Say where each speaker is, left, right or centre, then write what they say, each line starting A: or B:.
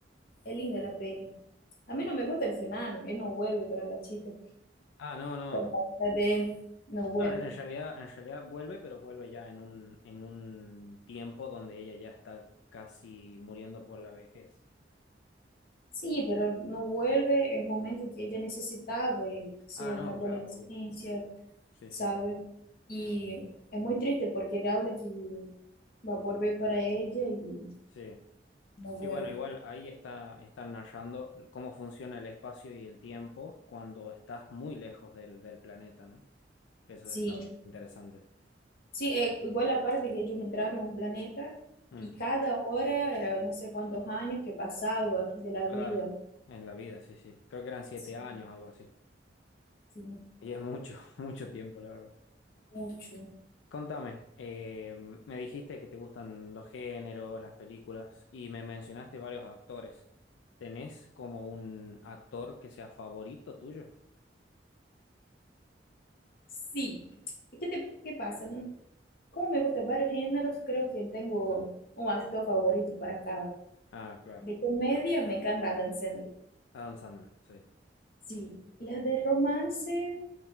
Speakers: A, on the left; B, on the left.
A: es linda la peli. A mí no me gusta el final, él no vuelve para la chica,
B: Ah, no, no.
A: para la de él, no vuelve.
B: No, en en realidad, en realidad vuelve, pero vuelve ya en un, en un tiempo donde ella ya está casi muriendo por la vejez.
A: Sí, pero no vuelve el momento que ella necesitaba, él, sea
B: Ah, no,
A: en la adolescencia,
B: claro, obvio. Sí,
A: ¿sabe?
B: sí, obvio.
A: Y es muy triste porque él habla que va a volver para ella y
B: Sí.
A: no
B: Sí,
A: vuelve.
B: bueno, igual ahí está, están narrando cómo funciona el espacio y el tiempo cuando estás muy lejos del, del planeta, ¿no? Que Eso
A: Sí,
B: es también interesante.
A: Sí, eh, igual aparte que ellos entraron a un planeta
B: Mm,
A: y cada hora era no sé cuántos años que pasaba de la
B: claro,
A: vida.
B: en la vida, sí, sí. Creo que eran siete
A: Sí,
B: años, algo así.
A: sí,
B: Y es mucho, <laughs> mucho tiempo, la verdad.
A: mucho.
B: Contame, eh, me dijiste que te gustan los géneros, las películas, y me mencionaste varios actores. ¿Tenés como un actor que sea favorito tuyo?
A: Sí. ¿Y qué te, qué pasa? Como me gustan varios géneros, creo que tengo un actor favorito para cada.
B: Ah, claro.
A: De comedia me encanta Adam Sandler.
B: Adam Sandler, sí.
A: Sí. Las de romance,